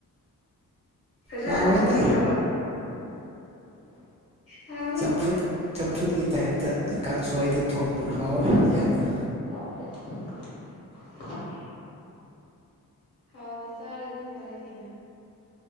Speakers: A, on the left; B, on the right.
A: ꯐꯖꯅ
B: ꯍꯥꯎꯋꯦꯗ
A: ꯊꯧꯕꯤꯕ꯭ꯔꯕ ꯍꯥꯏꯌꯦꯗ
B: ꯆꯝꯐꯨꯠ ꯆꯝꯐꯨꯠꯀꯤ ꯇꯥꯏꯞꯇ ꯀꯥꯡꯁꯣꯏꯗ ꯊꯣꯡꯕ ꯍꯥꯎꯋꯦ ꯌꯥꯝꯅ
A: <unintelligible> ꯍꯥꯎꯅ ꯆꯥꯔꯗꯤ ꯐꯔꯦ ꯀꯩꯅꯣ